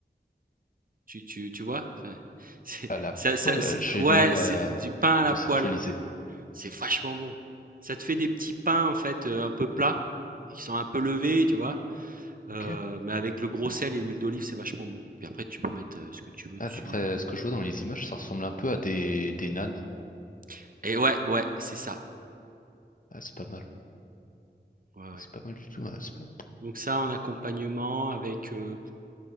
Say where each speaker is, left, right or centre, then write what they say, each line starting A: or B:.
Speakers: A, on the right (about 50°); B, on the left (about 45°).
A: Tu, tu, tu vois? Enfin, <laughs> c'est,
B: à la
A: ça, ça,
B: poêle,
A: ça-
B: j'ai
A: ouais,
B: du mal
A: c'est
B: à
A: du pain à la
B: conceptualiser.
A: poêle. C'est vachement bon. Ça te fait des petits pains, en fait, euh, un peu plats, qui sont un peu levés, tu vois. Euh,
B: Ok.
A: mais avec le gros sel et l'huile d'olive, c'est vachement bon. Puis après, tu peux mettre euh, ce que tu veux
B: Ah,
A: dessus.
B: d'après ce que je vois dans les images, ça ressemble un peu à des, des nanes.
A: euh. Et ouais, ouais, c'est ça.
B: Ah, c'est pas mal.
A: Ouais, ouais.
B: C'est pas mal du tout. hein, c'est pas-
A: Donc ça, en accompagnement, avec... euh,